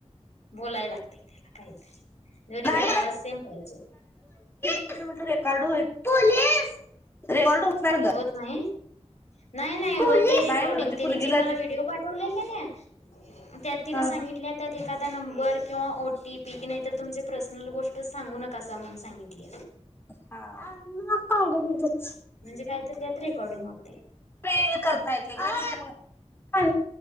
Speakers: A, on the left; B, on the left.
A: बोलायला लागतंय त्याला काहीतरी दोन्हीकडला
B: नाही
A: आवाज सेम पाहिजे.
B: अगं माझं रेकॉर्ड हो पोलीस रेकॉर्ड होत नाही. म्हणलं
A: नाही. नाही नाही होतय
B: पोलीस
A: रेकॉर्डिंग
B: नाही म्हणलं ती
A: त्याने
B: पोरगीला
A: जे मला
B: ते
A: व्हिडिओ पाठवलाय का नाही. त्यात तिनं
B: अ
A: सांगितल्यात. त्यात एखादा नंबर किंवा ओ टी पी की नाहीतर तुमची पर्सनल गोष्ट सांगू नका असं आम्हाला सांगितली.
B: <unintelligible>
A: म्हणजे काहीतरी त्यात रेकॉर्डिंग होते.
B: पे <unintelligible> करता येते का